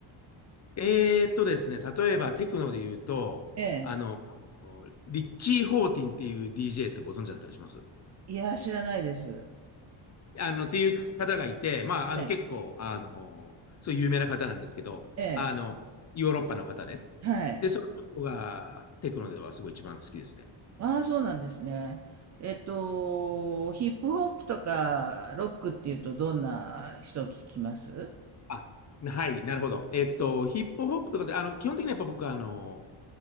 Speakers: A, on the left (about 35°); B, on the right (about 35°).
A: えーっとですね、例えばテクノで言うと、
B: ええ、
A: あのリッチー・ホーティンっていう DJ ってご存知だったりします
B: いや、知らないです。
A: あの、っていう方がいて、まあ、あの、
B: ええ、
A: 結構、あの、そういう有名な方なんですけど、
B: ええ、
A: あの、ヨーロッパの方で、
B: はい。
A: で、その人がテクノではすごい一番好きですね。
B: ああ、そうなんですね。えっと、ヒップホップとかロックっていうと、どんな人聞きます
A: あはい、なるほど。えっと、ヒップホップとかで、あの、基本的にはやっぱ僕は、あの、